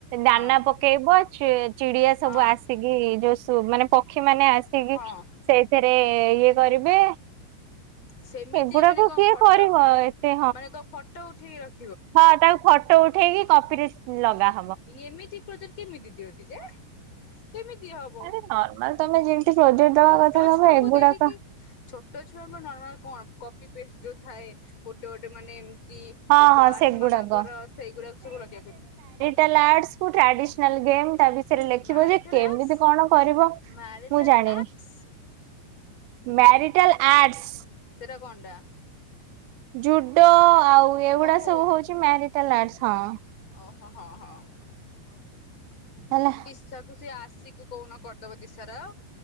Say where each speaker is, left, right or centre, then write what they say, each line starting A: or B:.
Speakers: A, on the right; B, on the left.
A: ଦାନା
B: ହଁ
A: ପକେଇବ ଚି ଚିଡିଆ ସବୁ
B: ହଁ
A: ଆସିକି ଯୋଉ ସବୁ ମାନେ ପକ୍ଷୀ ମାନେ ଆସିକି
B: ହଁ
A: ସେଇଥିରେ ଇଏ କରିବେ
B: ସେମିତି
A: ଏଗୁଡାକ
B: ମାନେ କଣ
A: କିଏ
B: ଫଟୋ
A: କରିବ ଏ
B: ମାନେ କୋ ଫଟୋ ଉଠ ଠି
A: ହଁ ତାକୁ ଫଟୋ ଉଠେଇକି କପିରେ ଲଗା
B: ଏମିତି ପ୍ରୋଜେକ୍ଟ କେମିତୀ ଦିଅନ୍ତି ଯେ? କେମିତି ହବ
A: ଆରେ ନର୍ମାଲ ତମେ ଯେମିତି ପ୍ରୋଜେକ୍ଟ ଦବା
B: ଛୋଟ
A: କଥା ଦବ
B: ଛୁଆଙ୍କୁ
A: ଏଗୁଡାକ
B: ଦେଖିକି ଛୋଟ ଛୁଆଙ୍କୁ ନର୍ମାଲ କଣ କପି ପେଷ୍ଟ ଯେଉଁ ଥାଏ ଗୋଟେ ଗୋଟେ ମାନେ କି
A: ହଁ ହଁ
B: ବାର୍
A: ସେଗୁଡାକ।
B: ମାନଙ୍କର ସେଇଗୁଡାକ ସବୁ ଲଗେଇବାକୁ।
A: ଆଟସ କୁ ଟ୍ରାଣ୍ଡିସ୍ନାଲ କେମ ତା ବିଷୟରେ ଲେଖିବ
B: ମ୍ୟାରିଟାଲ
A: ଯେ କେମିତି
B: ଆର୍ଟସ
A: କଣ କରିବ
B: ମ୍ୟାରିଟାଲ
A: ମୁଁ ଜାଣିନି?
B: ଆକ୍ଟସ
A: ମ୍ୟାରିଟାଲ ଆଡସ୍
B: ଏ କଣ୍ଡା
A: ଜୁଡୋ ଆଉ ଏଗୁଡା
B: ଓହୋ
A: ସବୁ ହଉଛି ମ୍ୟ ଟଲାର୍ ହଁ
B: ଓହୋ ହଁ ହଁ।
A: ହେଲା।
B: ଦିଶକୁଛି ଆସ ଆସ କୁ କୋନ କରିଦବ ଦିଶାର